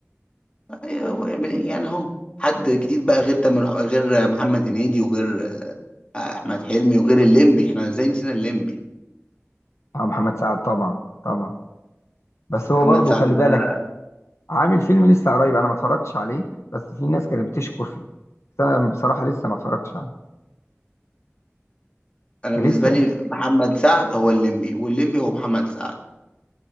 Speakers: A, on the left; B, on the left.
A: هو- يعني اهو حد جديد بقى غير تامر غير محمد هنيدي وغير آه، احمد حلمي وغير الليمبي احنا ازاي نسينا الليمبي
B: أو محمد سعد طبعا طبعا بس
A: محمد
B: هو برضو
A: سعد
B: خلي بالك
A: ده
B: عامل فيلم لسه قريب أنا ما اتفرجتش عليه بس في ناس كانت بتشكر فيه بس أنا بصراحة لسه ما اتفرجتش عليه
A: انا
B: لسه
A: بالنسبه لي محمد سعد هو الليمبي والليمبي هو محمد سعد